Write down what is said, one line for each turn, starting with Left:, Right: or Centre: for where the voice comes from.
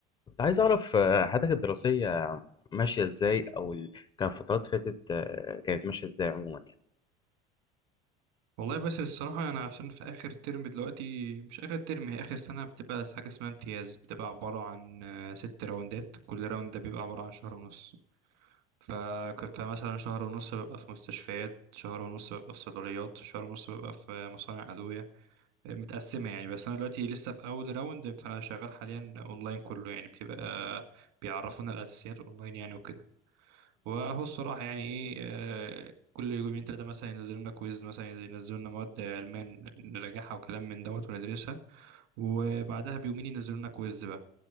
Left: كنت عايز أعرف آه، حياتك الدراسية ماشية إزاي أو ال... كان فترات فاتت آه، كانت ماشية إزاي عموما يعني
Right: والله بس الصراحة أنا عشان في آخر ترم دلوقتي مش آخر ترم هي آخر سنة بتبقى حاجة اسمها امتياز بتبقى عبارة عن آه، ست راوندات كل راوند ده بيبقى عبارة عن شهر ونص ف... فمثلا شهر ونص ببقى في مستشفيات شهر ونص ببقى في صيدليات شهر ونص ببقى في مصانع أدوية آه، متقسمة يعني بس أنا دلوقتي لسه في أول راوند فأنا شغال حاليا أونلاين كله يعني بتبقى بيعرفونا الأساسيات أونلاين يعني وكده وهو الصراحة يعني إيه آه، كل يومين تلاتة مثلا ينزلوا لنا كويز مثلا ينزلوا لنا مواد علمية نراجعها وكلام من دوت وندرسها وبعدها بيومين ينزلوا لنا كويز بقى